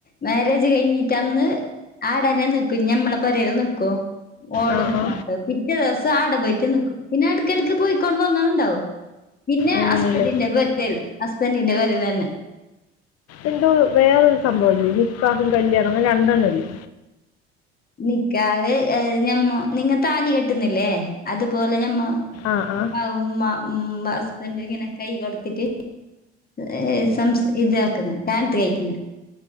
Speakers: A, on the left (about 25°); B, on the left (about 50°).
A: മാരേജ് കഴിഞ്ഞിട്ട് അന്ന് ആടെന്നെ നിക്കും ഞമ്മളെ പൊരേല് നിക്കും ഓളും
B: ആ ആ
A: മാപ്പിളെ പിറ്റേ ദിവസം ആടെ പോയിട്ട് നിക്കും പിന്നെ എടക്കെടക്ക് പോയിക്കോണ്ട് വന്ന്ണ്ടാവോ പിന്നെ
B: അങ്ങനെയല്ലേ
A: അസ്ബന്റിന്റെ പൊരക്കേര്ല് അസ്ബന്റിന്റെ പൊരേല് തന്നെ
B: എന്തോ വേറൊരു സംഭവല്ലേ നിക്കാഹും കല്യാണം അങ്ങനെ രണ്ടെണ്ണല്ലേ
A: നിക്കാഹ് ഏഹ് ഞമ്മോ നിങ്ങള് താലി കെട്ടുന്നില്ലേ അതുപോലെ ഞമ്മോ
B: ആഹ് ആഹ്
A: ഉമ്മ മ്മ ഹസ്ബന്റ് ഇങ്ങനെ കൈ കൊടുത്തിട്ട് ഏഹ് സംസ് ഇതാക്ക്ന്നെ കാനോത്ത് കഴിക്കിന്നെ